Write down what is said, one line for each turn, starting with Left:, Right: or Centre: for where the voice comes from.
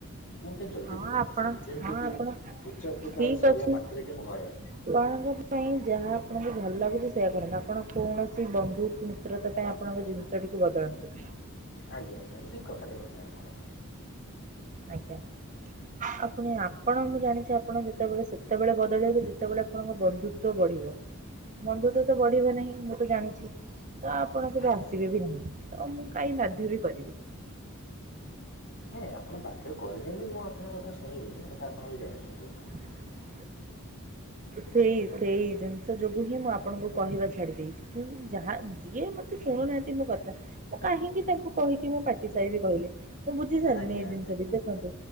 Left: ମୁଁ ଟିକେ ଜଲ୍ଦି
Right: ହଁ
Left: ପଳେଇ
Right: ଆପଣ
Left: ଆସିବି। ଯେମିତି
Right: ହଁ
Left: କି
Right: ଆପଣ
Left: ଉଚ୍ଚ ବିଦ୍ୟାଳୟ
Right: ଠିକ୍
Left: ସରିବା
Right: ଅଛି।
Left: ମାତ୍ରେ କି ମୁଁ ଘରେ।
Right: ଆପଣଙ୍କ ପାଇଁ ଯାହା ଆପଣଙ୍କୁ ଭଲ ଲାଗୁଛି ସେୟା କରନ୍ତୁ। ଆପଣ କୌଣସି ବନ୍ଧୁ ମିତ୍ରତା ପାଇଁ ଆପଣଙ୍କ ଜିନିଷ ଟିକୁ ବଦଳାନ୍ତୁନି।
Left: ଆଜ୍ଞା ଆଜ୍ଞା। ଠିକ୍ କଥାଟା କହିଲେ ଆପଣ।
Right: ଆଜ୍ଞା। ଆ ପୁଣି ଆପଣ ମୁଁ ଜାଣିଛି ଆପଣ ଯେତେବେଳେ ସେତେବେଳେ ବଦଳେଇବେ ଯେତେବେଳେ ଆପଣଙ୍କ ବନ୍ଧୁ ବଢିବ ବନ୍ଧତ୍ଵ ତ ବଢିବ ନାହିଁ ମୁଁ ତ ଜାଣିଛି। ତ ଆପଣ କେବେ
Left: ଆଜ୍ଞା
Right: ଆସିବେ ବି ନାହିଁ ତ ମୁଁ କାଇଁ ବାଧ୍ୟ ବି କରିବି।
Left: ନାଇଁ ଆପଣ ବାଧ୍ୟ କରିଲେବି ମୁଁ ଆପଣଙ୍କ କଥା ଶୁଣିବିନି ହେଇଟା ଆପଣ ବି ଜାଣିଛନ୍ତି।
Right: ହଁ ସେଇ ସେଇ ଜିନିଷ ଯୋଗୁ ହିଁ ମୁଁ ଆପଣଙ୍କୁ କହିବା ଛାଡି ଦେଇଛି। କିନ୍ତୁ ଯାହା ଯିଏ ମତେ ଶୁଣୁନାହାନ୍ତି ମୋ କଥା ମୁଁ କାହିଁକି ତାଙ୍କୁ କହିକି ମୁଁ ପାଟି ସାରିବି କହିଲେ। ମୁଁ ବୁଝି ସାରିଲିଣିି
Left: ଆଜ୍ଞା
Right: ଏଇ ଜିନିଷଟି।
Left: ଆଜ୍ଞା ଆଜ୍ଞା
Right: ଦେଖନ୍ତୁ